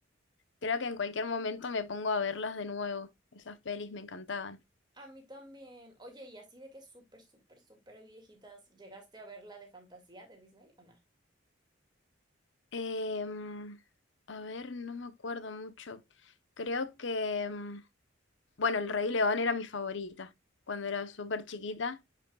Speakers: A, on the left; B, on the right.
A: creo que en cualquier momento me pongo a verlas de nuevo. Esas pelis me encantaban.
B: A mí también. Oye, y así de que súper, súper, súper viejitas, ¿llegaste a ver la de fantasía de Disney o no?
A: Em, a ver, no me acuerdo mucho. Creo que, em, bueno, El Rey León era mi favorita cuando era súper chiquita.